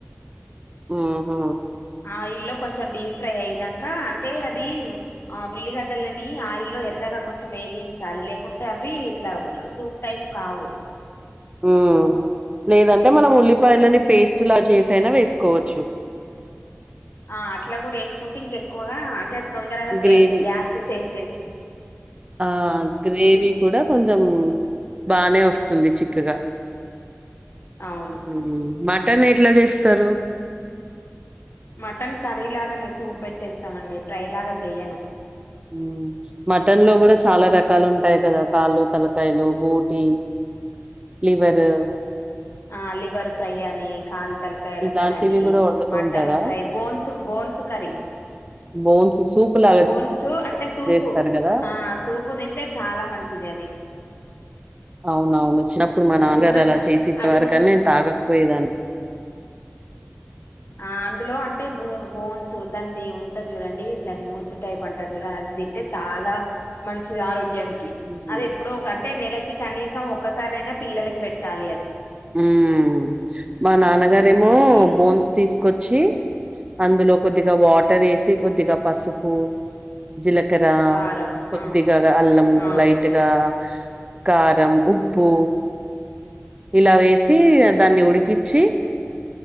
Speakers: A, on the right; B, on the left.
A: ఊహు
B: ఆయిల్లో కొంచెం డీప్ ఫ్రై అయినాంకా అంటే అదీ ఆ ఉల్లిగడ్డలనీ ఆయిల్లో ఎర్రగా కొంచెం ఏ ఏయించాలి లేకుంటే అవ్వీ ఇట్లా సూప్ టైప్ కావు.
A: <inaudible> ఊ లేదంటే మనం ఉల్లిపాయలని పేస్ట్ లా చేసైనా వేసుకోవచ్చు. <inaudible>
B: ఆ అట్లా గూడా ఏసుకుంటే ఇంక ఎక్కువగా అంటే తొందరగా సే
A: గ్రేవీ.
B: గ్యాస్ సేఫ్ చేశినట్
A: ఆ గ్రేవీ కూడా కొంచెం బానే వస్త్ స్తుంది చిక్కగా
B: అవును
A: ఉమ్ మట్ టన్ ఎట్ల జేస్తరు
B: మటన్ కర్రీలాగానే సూప్ పెట్టేస్తామండి ఫ్రై లాగా చెయ్యను.
A: ఊ మటన్ లో గూడా చాలా రకాలు ఉంటాయి గదా కాళ్ళు, తలకాయలు, బోటీ లివరూ
B: ఆ లివర్ ఫ్రైయనీ కాల్ తలకాయల
A: ఇలాంటివి
B: కర్రనీ,
A: గూడా వండుతూ
B: మటన్
A: ఉంటారా?
B: Fry bones bones curry
A: bones soup లాగా
B: బోన్సు అంటే సూపు
A: చేస్తారు గదా!
B: ఆ సూపు తింటే చాలా మంచిది అది.
A: <inaudible> అవునవును వచ్చినప్పుడు మా నాన్నగారు
B: అది కూడా
A: అలా
B: జ
A: చేసి ఇచ్చేవారు
B: అది కూడా
A: కానీ నేన్ తాగకపోయేదాన్ని.
B: ఆ అందులో అంటే బో బోన్సు దాన్ది ఉంటది చూడండి దాన్ని ముడుసు టైప్ అంటరు చూడు అద్ అది తింటే చాలా మంచిది ఆరోగ్ గంకి
A: హుహు.
B: అది ఎప్పుడో ఒక అంటే నెలకి కనీసం ఒకసారి అయినా పిల్లలకి పెట్టాలి అది
A: హ్మ్ మా నాన్నగారేమో
B: మీ
A: బోన్స్ తీసుకొచ్ చ్చి అందులో కొద్దిగా వాటర్ వేసి కొద్దిగా పసుపు జిల క్కర
B: కారం
A: కొద్దిగా
B: ఆ
A: అల్లం
B: ఆ
A: లైట్గా కారం ఉప్పు ఇలా వేసి దాన్ని ఉడికిచ్చి